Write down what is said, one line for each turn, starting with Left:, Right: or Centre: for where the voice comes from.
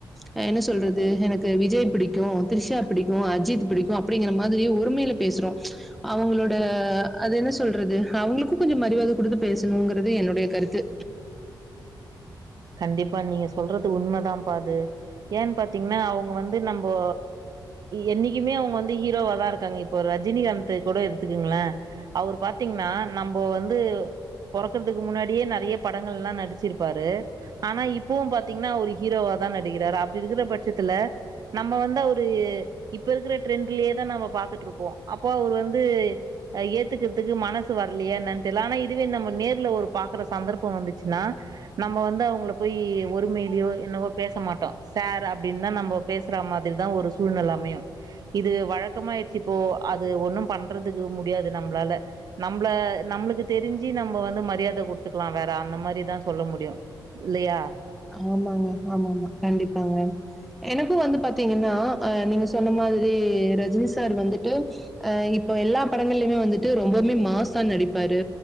Centre: அ என்ன சொல்றது எனக்கு விஜய் பிடிக்கு திரிஷா பிடி கு அஜித் பிடிக்கு அப்டிங்கிற மாதிரி ஒருமைல பேசுறோ அவுங்களோட அது என்ன சொல்றது அவுங்களுக்கு கொஞ்சோ மருவாத குடுத்து பேசனுங்கறது என்னுடைய கருத்து
Right: கண்டிப்பா நீங்க சொல்றது உண்மதா பா அது ஏன் பாத்தீங்னா அவுங்க வந்து நம்போ என்னிக்குமே அவுங்க வந்து ஹீரோவா தா இருக்காங்க இப்போ ரஜினிகாந்த்து கூட எடுத்துக்குங்ள அவரு பாத்தீங்னா நம்போ வந்து பொறக்குறதுக்கு முன்னாடியே நெறைய படங்கள்ளா நடிச்சிரு பாரு ஆனா இப்பவு பாத்தீங்னா அவர் ஹீரோவா தா நடிக்கிறாரு அப்டி இருக்குற பட்சத்துல நம்ப வந்து அவரு இப்ப இருக்கற ட்ரெண்ட்லேயே தா நாம்ம பாத்துட்ருப்போ அப்போ அவரு வந்து அ ஏத்துக்குறதுக்கு மனசு வரலையா என்னன் தெரில ஆனா இதுவே நம்ம நேர்ல ஒரு பாக்குற சந்தர்ப்போ வந்துச்சினா நம்ப வந்து அவுங்கள போயி ஒருமையிலியோ என்னவோ பேச மாட்டோ சார் அப்டின் தா நம்போ பேசுற மாதிரிதா ஒரு சூழ்நெல அமையு இது வழக்கமாயிட்ச்சுப்போ அது ஒண்ணு பண்றதுக்கு முடியாது நம்ப்ளால நம்பள நம்முளுக்கு தெரிஞ்சி நம்ப வந்து மரியாத குடுத்துக்லா வேற அந்த மாரிதா சொல்ல முடியு இல்லையா
Centre: ஆமாங்க ஆமாமா‌ கண்டிப்பாங்க எனக்கு வந்து பாத்தீங்கனா அ நீங்க சொன்ன மாதிரி ரஜினி சார் வந்துட்டு அ இப்ப எல்லா படங்கள்ளயுமே வந்துட்டு ரொம்பவுமே மாசா நடிப்பாரு